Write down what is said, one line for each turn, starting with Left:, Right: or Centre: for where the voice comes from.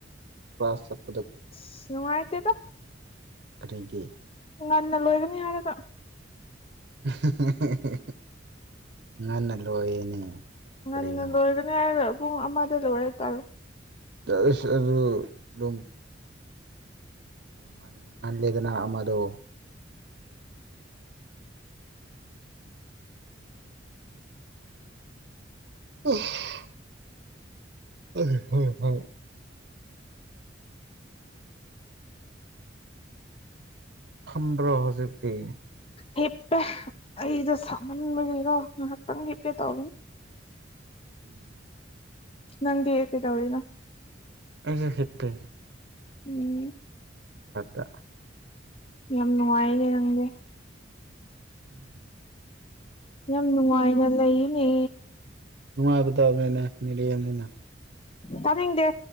Right: ꯀ꯭ꯂꯥꯁ ꯆꯠꯄ
Left: ꯑꯁ ꯅꯨꯡꯉꯥꯏꯇꯦꯗ
Right: ꯀꯔꯤꯒꯤ
Left: ꯉꯟꯅ ꯂꯣꯏꯒꯅꯤ ꯍꯥꯏꯔꯒ
Right: ꯑꯍꯤꯛ ꯍꯤꯛ ꯉꯟꯅ ꯂꯣꯏꯌꯦꯅꯦ
Left: ꯉꯟꯅ
Right: ꯀꯔꯤꯅꯣ
Left: ꯂꯣꯏꯒꯅꯤ ꯍꯥꯏꯔ ꯄꯨꯡ ꯑꯃꯗ ꯂꯣꯏꯔꯦ ꯇꯧꯔꯤꯁꯦ
Right: ꯇꯁ ꯑꯗꯨ ꯑꯗꯨꯝ ꯅꯨꯡꯍꯜ ꯉꯂꯤꯗꯅ ꯑꯃꯗꯣ <unintelligible> ꯍꯣꯏ ꯍꯣꯏ ꯈꯪꯕ꯭ꯔꯣ ꯍꯧꯖꯤꯛꯇꯤ
Left: ꯍꯤꯞꯄꯦ ꯑꯩꯗꯣ ꯁꯥꯃꯟꯕꯒꯤꯀ ꯉꯥꯏꯍꯥꯛꯇꯪ ꯍꯤꯞꯀꯦ ꯇꯧꯕꯅꯤ
Right: ꯎꯝ
Left: ꯅꯪꯗꯤ ꯀꯩꯗꯧꯔꯤꯅꯣ
Right: ꯑꯩꯖꯦ ꯍꯤꯞꯄꯦ
Left: ꯎꯝ
Right: ꯐꯛꯇ
Left: ꯌꯥꯝ ꯅꯨꯡꯉꯥꯏꯅꯦ ꯅꯪꯗꯤ
Right: ꯎꯝ
Left: ꯌꯥꯝ ꯅꯨꯡꯉꯥꯏꯅ ꯂꯩꯅꯦ
Right: ꯅꯨꯡꯉꯥꯏꯕ ꯇꯥꯕꯅꯦ ꯃꯤꯔꯦꯝꯅꯤꯅ
Left: ꯇꯅꯤꯡꯗꯦ